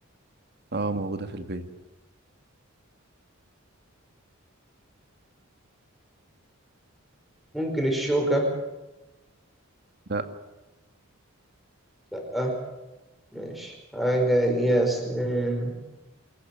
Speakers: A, on the right; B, in the centre.
A: اه موجودة في البيت
B: ممكن الشوكة
A: لا
B: لأ ماشي حاجة ليها أسنان